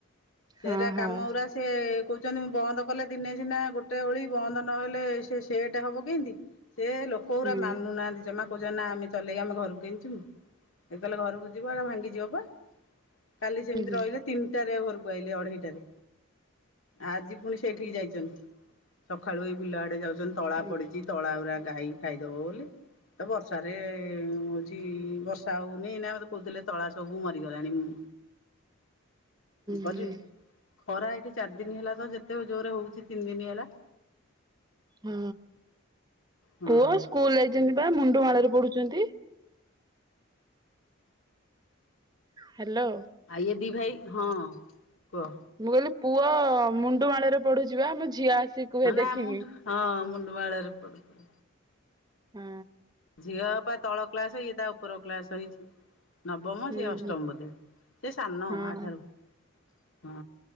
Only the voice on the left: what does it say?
ସେରା
କାମ ଗୁରା ସେ କଉଚନ୍ତି ବନ୍ଦ କଲେ ଦିନେ ସିନା ଗୋଟେ ଓଳି ବନ୍ଦ ନହଲେ ସେ ସେଟେ ହବ କେମତି ସେ ଲୋକ ଗୁରା
ମାନୁନାହାନ୍ତି ଜମା କଉଚନ୍ତି ନା ଆମେ ଚଲେଇକି ଆମେ ଘରକୁ କିମତି ଯିବୁ ଏ ତା ଲେ ଘରକୁ ଯିବ ଏ ଭାଙ୍ଗିଯିବ ପା। କାଲି ସେମିତି
ରହିଲେ ତିନିଟାରେ ଘରକୁ ଆଇଲେ ଅଢେଇଟାରେ। ଆଜି ପୁଣି ସେଇଠିକି ଯାଇଚନ୍ତି ସଖାଳୁ ଏଇ ବିଲ ଆଡେ ଯାଉଚନ୍ତି ତଳା
ପଡିଚି। ତଳା ଉରା ଗାଈ ଖାଇଦବ ବୋଲି। ତ ବର୍ଷାରେ ହଉଚି ବର୍ଷା ହଉନି ନା ମତେ କହୁଥିଲେ ତଳା ସବୁ ମରିଗଲାଣି ମୁଁ କରିବି
ଖରା ଏଇଠି ଚାରି ଦିନ ହେଲା ତ ଯେତେ ଜୋରରେ ହଉଚି ତିନି ଦିନ୍ ହେଲା।
ହଁ
ଆଇ ଏ ଦି ଭାଇ ହଁ କହ।
ହ ନା
ମୁ ମୁଣ୍ଡୁ ହଁ ମୁଣ୍ଡୁ ମାଳରେ ପଢୁଚି।
ଝିଅ ଅପା ତଳ କ୍ଲାସ ଇଏ ତା ଉପର କ୍ଳାସ ହେଇଚି। ନବମ
ସେ ଅଷ୍ଟମ
ବୋଧେ ସେ ସାନ
ଆଠାରୁ। ହଁ,